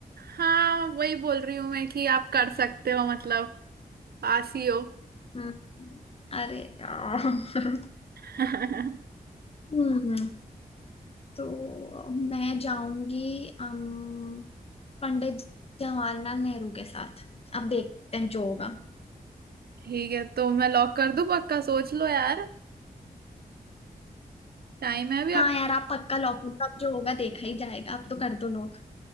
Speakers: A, on the right; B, on the left.
A: हाँ वही बोल रही हूँ मैं कि आप कर सकते हो मतलब पास ही हो
B: हम्म, अरे यार
A: <laughs>
B: हम्म तो मैं जाऊंगी अम, पंडित जवाहरलाल नेहरू के साथ अब देखते हैं जो होगा
A: ठीक है तो मैं लॉक कर दूं पक्का सोच लो यार टाइम है अभी
B: हाँ
A: आपके
B: यार आप पक्का लॉक अब जो होगा देखा ही जाएगा अब तो कर दो लोग